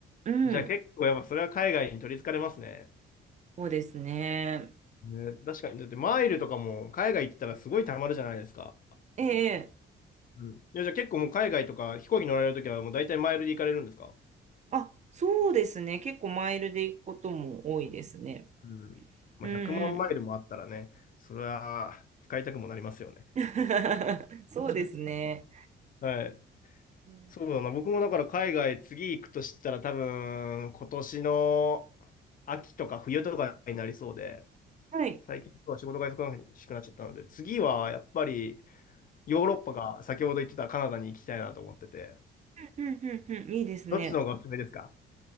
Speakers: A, on the right (about 35°); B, on the left (about 45°).
A: う。うん、
B: じゃあ結構やっぱそれは海外に取り憑かれますね。
A: そうですね。
B: ね、確かに。だってマイルとかも海外行ったらすごい貯まるじゃないですか。
A: ええ、
B: うん。いや、じゃあ結構もう海外とか飛行機乗られるときはもう大体マイルで行かれるんですか
A: あ、そうですね。結構マイルで行くことも多いですね。
B: うん。まあ、
A: うんうん。
B: 100万マイルもあったらね、それは使いたくもなりますよね。
A: <laughs> そうですね。
B: はい。
A: うん
B: そうだな。僕もだから海外次行くとしたら多分今年の秋とか冬とかになりそうで、
A: はい。
B: 最近は仕事が忙しくなっちゃったので、次はやっぱりヨーロッパが先ほど言ってたカナダに行きたいなと思ってて、
A: うんうんうんうんうん、いいですね。
B: どっちの方がおすすめですか